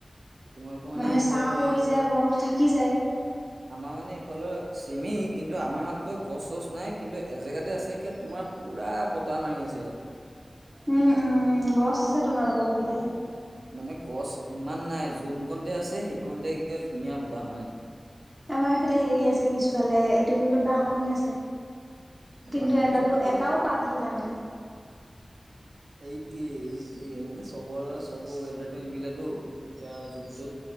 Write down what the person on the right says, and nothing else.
তোমালোকৰ
এতিয়া
এই
আমাৰ মানে ইফালৰ চেমি কিন্তু আমাৰ মাত্ৰ গছ চছ নাই কিন্তু এজেগাতে আছে কি তোমাৰ পুৰা বতাহ মাৰি আছে ইয়াত।
মানে গছ ইমান নাই যোন কণতে আছে সেইকণতেকে ধুনীয়া বতাহ মানে।
বাহনি
ওচৰতো বহিব
পাৰা
এইটোৱে এই টোৱে মানে চবৰে চব ৱেডাৰটো নিমিলেতো এতিয়া য'ত তত